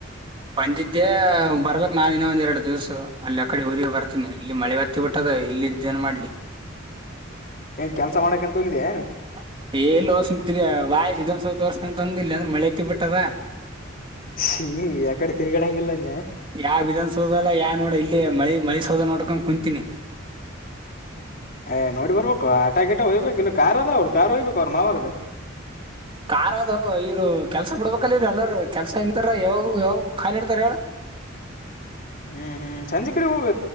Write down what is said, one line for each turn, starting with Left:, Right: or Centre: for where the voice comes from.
Right: ಬಂದಿದ್ದೆ ಬರ್ಬೇಕ್ ನಾ ಇನ್ನೊ ಒಂದ್ ಎರಡು ದಿವ್ಸ ಅಲ್ಲಿ ಅ ಕಡೆ ಊರಿಗೆ ಬರ್ತೀನಿ ಇಲ್ಲಿ ಮಳೆ ಬತ್ ಹತ್ತಿ ಬಿಟ್ಟದ ಇಲ್ ಇದ್ ಏನ್ ಮಾಡ್ಲಿ
Left: ಏನ್ ಕೆಲ್ಸ ಮಾಡಕಂತ ಹೋಗಿದೆ
Right: <unintelligible> ಎಲ್ಲಿೋರ್ಸ ಬಾಯಿ ಸನ್ಸವೋರ್ ಅಂತ ಅಂದಿಲ್ಲ ಅಂದ್ರ ಮಳೆ ಐತಿ ಬಿಟ್ಟದ
Left: ಹ ಎಕಡೆ ತಿರಗಡಗೆಲ್ಲಂದ
Right: ಯಾವ ವಿಧಾನಸೌಧಲ್ಲಾ ಯಾ ನೋಡ ಇಲ್ಲಿ ಮಳಿ ಮಳಿ ಸೌದ ನೋಡ್ಕೊಂಡ ಕುಂತೀನಿ
Left: ಏ ನೋಡಿ ಬರ್ಬೇಕು ಆಟಾ ಗಿಟ ಹೊಯ್ಬೇಕು ಇಲ್ಲ ಕಾರ್ ಅದ ಅವ್ಳ ಕಾರ್ ಹೊಯ್ಬೇಕು ಅವ್ರ ಮಾವರ್ದ
Right: ಕಾರರ್ ಅದು ಇರು ಕೆಲ್ಸ ಬಿಡ್ಬೇಕಲ್ಲರ ಎಲ್ಲಾರ ಕೆಲ್ಸ ಇನ್ಂತಾರ ಯಾವ ಯಾವ ಖಾಲಿ ಇಡ್ತಾರ ಹೇಳ
Left: ಹ್ಮ್ ಹ್ಮ್ ಸಂಜೆ ಕಡೆ ಹೋಗ